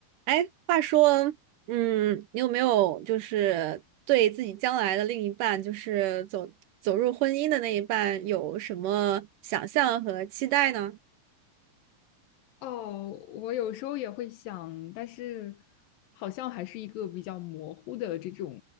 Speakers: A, on the right (about 75°); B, on the left (about 85°).
A: 哎，话说，嗯，你有没有就是对自己将来的另一半，就是走走入婚姻的那一半，有什么想象和期待呢？
B: 哦，我有时候也会想，但是好像还是一个比较模糊的这种